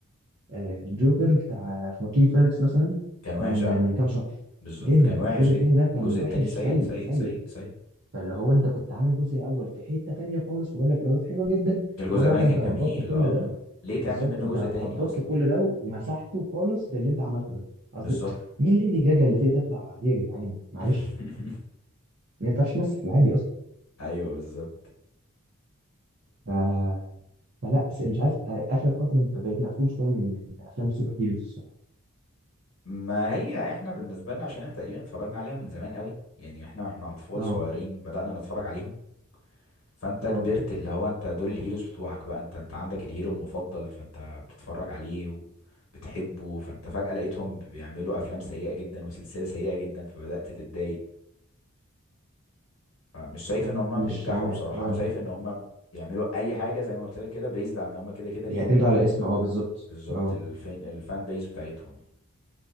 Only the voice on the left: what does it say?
كان وحش
قوي
بالظبط
كان وحش
جدا
الجزء
التاني سيء
سيء
سيء سيء
الجزء
الاولاني
كان
جميل
اه
ليه
تعمل منه
جزء تاني
اصلا
بالظبط
<laughs>
ايوه بالظبط
ما هي احنا بالنسبة لنا عشان احنا تقريبا اتفرجنا عليها من زمان قوي يعني احنا واحنا اطفال
صغيرين بدأنا نتفرج عليهم فانت
كبرت اللي هو انت دول الهيروز بتوعك بقى انت انت عندك الهيرو المفضل فانت بتتفرج عليه وبتحبه فانت فجأة لقيتهم بيعملوا افلام سيئة جدا وسلسلة سيئة جدا فبدأت تتضايق فمش شايف
ان هم
بينجحوا
بصراحة
انا شايف ان هم بيعملوا اي حاجة زي ما قلت لك كده بيزد على ان هم كده كده ليهم
ال...
بالظبط
الفين الفان بيز بتاعتهم يعني